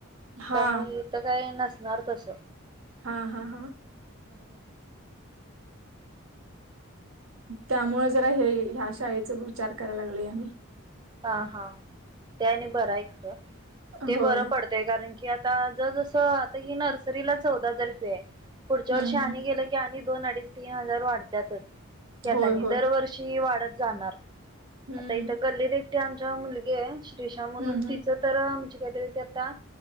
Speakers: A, on the right; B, on the right.
A: हा
B: त्यामुळे इथं काय नसत नर्दश
A: हा हा हा
B: हो
A: त्यामुळे जरा हे ह्या शाळेचा विचार करायला लागल आ
B: हा हा त्या आणि बरं आहे खरं ते
A: होय
B: बरं पडतय कारण की आ आता ज जसं आता हि नर्सरीला चौदा हजार रुपया आहे पुढच्या
A: हम्म
B: वर्षी आण
A: हम्म
B: गे की आणि दोन अडीच तीन हजार वाढत्याातच ह आता
A: होय होय
B: दरवर्षी वाढत जाणार
A: हम्म
B: आता इ तर गल्ली दि आमच्या मुलगी षा म्हणून
A: हम्म हम्म
B: तिच तरज काहीतरी ते आता